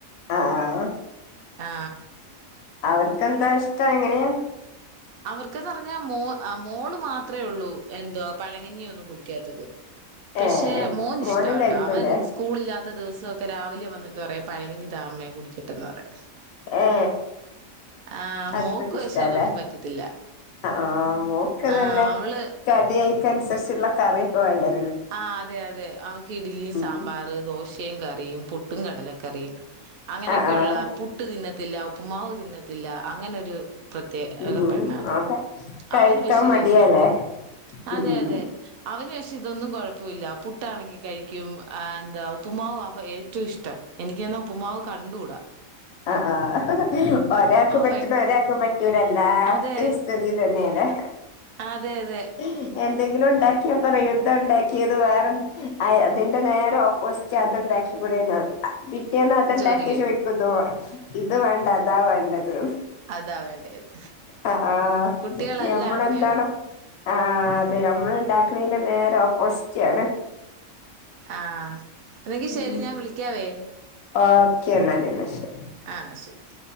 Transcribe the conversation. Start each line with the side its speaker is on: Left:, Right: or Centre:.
Left: ആ ആഹ്
Right: ആ
Left: അവർക്ക്ന്താ ഇഷ്ടം എങ്ങനെയാ
Right: അവർക്കന്ന് പറഞ്ഞാൽ മോ ആ മോള് മാത്രമേ ഉള്ളൂ എന്തുവാ പഴങ്ങഞ്ഞി ഒന്നും കുടിക്കാ റ്റത് പക്ഷെ
Left: ഏഹ്
Right: മോൻ
Left: മോനും
Right: ഇഷ്ടട്ടോ
Left: കഴിക്കൂല്ലേ
Right: അവൻ സ്കൂളില്ലാത്ത ദിവസഓക്കെ രാവിലെയും വന്നി എന്നിട്ട് പറയും പഴകഞ്ഞി താമേ കുടിക്കെട്ട എന്ന് പറയു
Left: ഏ
Right: ആഹ്
Left: അത്ക്ക
Right: മോക്ക്
Left: ഇഷ്ടല്ലേ
Right: പക്ഷെ അതൊന്നും പറ്റത്തില്ല
Left: ആ മോക്ക്
Right: ആഹ്
Left: തല്ലെ
Right: അവള്
Left: കടി ഐറ്റെംസ് അനുസരിച്ചുള്ള കറി വേണ്ടേ
Right: ആ അതെ അതെ അവക്ക് ഇഡ്ലി
Left: ഉം
Right: സാമ്പാർ ദോശ കപ്പയും കറിയും പുട്ടും കടലക്കറിയും അങ്ങനെയൊക്കെയള്ള
Left: ആഹ് ആഹ്
Right: പുട്ടുതിന്ന ത്തില്ല ഉപ്പ്മാവ് തിന്നത്തില്ല അങ്ങനൊരു പ്രത്യേക
Left: ഉം ഉം
Right: പെണ്ണ അത്
Left: അതെ കഴിക്കാൻ
Right: അവന് പശേ ഇതൊന്നും
Left: മടിയാല്ലേ
Right: കുഴപ്പില്ല അതെ
Left: ഉം ഉം
Right: അതെ അവന് പാ അതൊന്നും കോഴ പ്പുല്ല പുട്ടാണെങ്കിൽ കഴിക്കും ആ എന്ത ഉപ്പ്മാവ് അവ ഏറ്റൊ ഇഷ്ടം എനിക്ക് ന്നാ ഉപ്പ്മാവ് കണ്ടുടാ
Left: ആ ആ ഒരാക്ക് പറ്റുന്ന
Right: ഭയങ്കര
Left: ഒരാക്ക് പറ്റൂല്ലാല്ലാ എല്ലാതേസ്ഥിതിതന്നെയല്ലേ
Right: അതെ അതെ അതെ
Left: എ എന്തെങ്കിലും ഉണ്ടാക്കിയ പറ യുദ്ധം ഉണ്ടാക്കിയത് വേറെ അതിന്റെ നേരെം ഓപ്പോസിറ്റ് അത്ണ്ടാക്കി കൂടെന്ന പിറ്റേന്ന് അത്ണ്ടാക്കിയ
Right: ചോദിക്കും.
Left: ചോദിക്കുഇത് പറയും ഇത് വേണ്ട അതാ വേണ്ടതന്ന്
Right: അതാ വേണ്ടേന്ന്.
Left: ആ
Right: കുട്ടികളെല്ലാം
Left: ഞമ്മടെ
Right: അങ്ങനെയാണ്.
Left: എന്താണ് ആ അതെ നമ്മള് ഉണ്ടാക്കണല്ല നേരെ ഓപ്പോസിറ്റ ആണ്
Right: ആ എന്നെങ്കി ശരി
Left: ഉം
Right: ഞാൻ വിളിക്കാവേ
Left: ഓക്കെ എന്നല്ല് എന്നശരി
Right: ആ ശരി